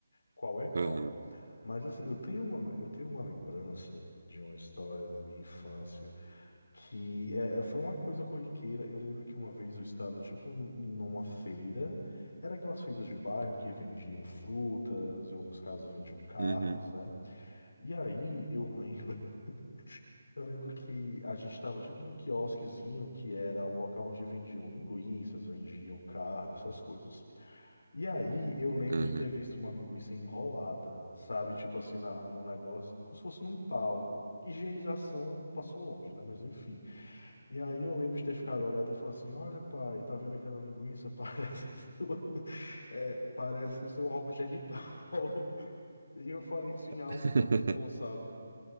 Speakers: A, on the left; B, on the right.
A: qual é qual.
B: Aham,
A: Mas assim, eu tenho uma, eu tenho uma lembrança de uma história da minha infância. Que é, é, foi uma coisa corriqueira. Eu lembro que uma vez eu estava, tipo, numa feira. Era aquelas feiras de bairro que vendiam frutas, em alguns casos vendiam carnes,
B: uhum,
A: né? E aí eu lembro, <laughs> eu lembro que a gente estava, tipo, num quiosquezinho que era um local onde vendiam linguiças, vendiam carne, essas coisas. E aí eu lembro
B: aham,
A: de ter visto uma linguiça enrolada, sabe? Tipo assim, na, no negócio, como se fosse num pau. Higienização passou longe, né? Mas enfim. E aí eu lembro de ter ficado olhado e falar assim, olha, pai, tá vendo aquela linguiça? <laughs> Parece a sua, é, parece o seu órgão genital. <laughs> E eu falei isso em
B: <laughs>
A: alto e bom som, sabe?